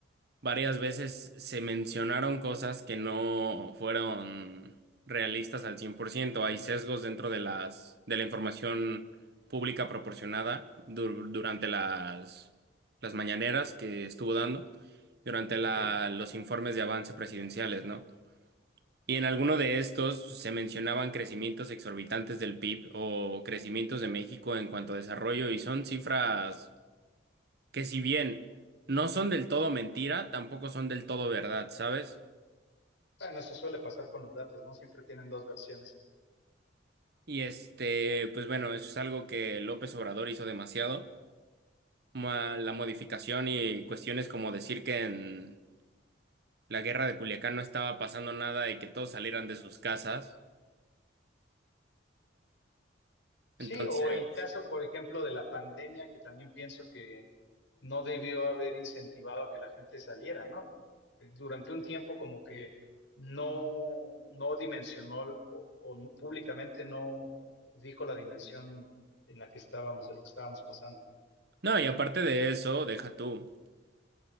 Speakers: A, on the right; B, on the left.
A: varias veces se mencionaron cosas que no fueron realistas al 100%. Hay sesgos dentro de las de la información pública proporcionada dur- durante las las mañaneras que estuvo dando, durante la-
B: Ok.
A: los informes de avance presidenciales, ¿no? Y en alguno de estos se mencionaban crecimientos exorbitantes del PIB o crecimientos de México en cuanto a desarrollo y son cifras que si bien no son del todo mentira, tampoco son del todo
B: Ujú.
A: verdad, ¿sabes?
B: Bueno, eso suele pasar con los datos, ¿no? Siempre tienen dos versiones.
A: Y este, pues bueno, eso es algo que López Obrador hizo demasiado. Ma- La modificación y cuestiones como decir que en la guerra de Culiacán no estaba pasando nada y que todos salieran de sus casas.
B: Sí,
A: Entonces,
B: o el caso, por ejemplo, de la pandemia, que también pienso que no debió haber incentivado a que la gente saliera, ¿no? Eh, Durante un tiempo como que no, no dimensionó o, o públicamente no dijo la dimensión en la que estábamos, de lo que estábamos pasando.
A: no, y aparte de eso, deja tú,